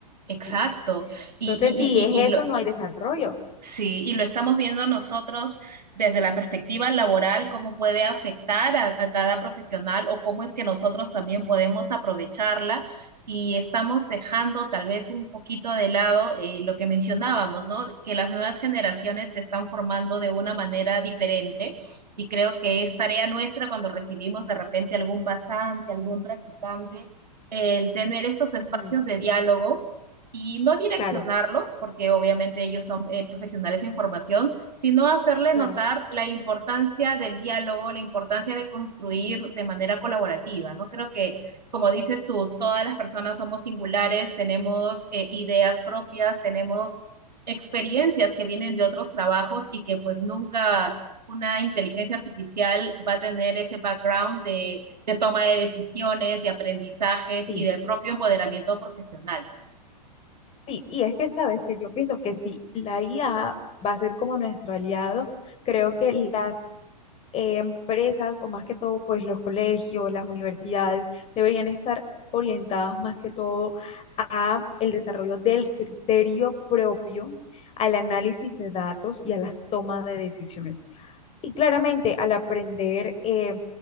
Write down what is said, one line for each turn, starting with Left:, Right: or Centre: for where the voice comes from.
Right: exacto.
Left: ¿sí?
Right: Y,
Left: Entonces,
Right: y,
Left: si es esto,
Right: y, y- y lo,
Left: no hay desarrollo.
Right: Sí, y lo estamos viendo nosotros desde la perspectiva laboral, cómo puede afectar a, a cada profesional o cómo es que nosotros también podemos aprovecharla y estamos dejando tal vez un poquito de lado eh, lo que mencionábamos, ¿no? Que las nuevas generaciones se están formando de una manera diferente y creo que es tarea nuestra cuando recibimos de repente algún pasante, algún practicante, el tener estos espacios
Left: Ujú,
Right: de diálogo y no direccionarlos,
Left: Claro,
Right: porque obviamente ellos son eh, profesionales en formación, sino hacerle
Left: claro,
Right: notar la importancia del diálogo, la importancia de construir de manera colaborativa, ¿no? Creo que, como dices tú, todas las personas somos singulares, tenemos eh, ideas propias, tenemos experiencias que vienen de otros trabajos y que pues nunca una inteligencia artificial va a tener ese background de, de toma de decisiones, de aprendizaje
Left: sí,
Right: y del propio empoderamiento profesional.
Left: sí. Y es que, sabes, que yo pienso que si la IA va a ser como nuestro aliado, creo que las eh, empresas o más que todo, pues los colegios, las universidades deberían estar orientadas más que todo a el desarrollo del criterio propio, al análisis de datos y a las tomas de decisiones. Y claramente al aprender eh,